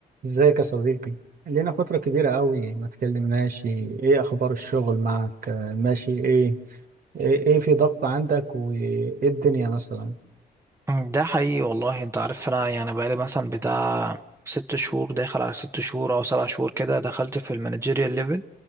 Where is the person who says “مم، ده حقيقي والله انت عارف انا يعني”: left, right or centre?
Right